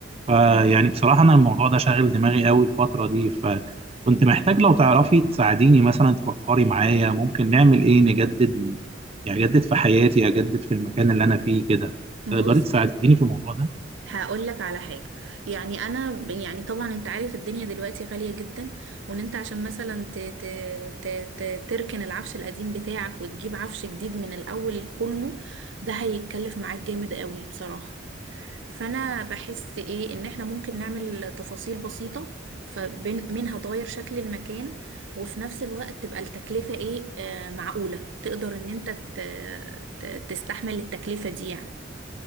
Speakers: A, on the right (about 30°); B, on the right (about 70°).
A: فيعني
B: تمام
A: بصراحه انا الموضوع ده شاغل دماغي قوي الفتره دي فكنت محتاج لو تعرفي تساعديني مثلا تفكري معايا ممكن نعمل ايه نجدد يعني اجدد في حياتي اجدد في المكان اللي انا فيه كده
B: بص
A: تقدري تساعديني في الموضوع ده
B: هقول لك على حاجة يعني أنا ب- يعني طبعا أنت عارف الدنيا دلوقتي غالية جدا وإن أنت عشان مثلا ت ت ت ت تركن العفش القديم بتاعك وتجيب عفش جديد من الأول كله ده هيتكلف معاك جامد قوي بصراحة فانا بحس ايه ان احنا ممكن نعمل تفاصيل بسيطة فمنها تغير شكل المكان وفي نفس الوقت تبقى التكلفة ايه آه معقولة تقدر ان انت ت- ت- تستحمل التكلفة دي يعني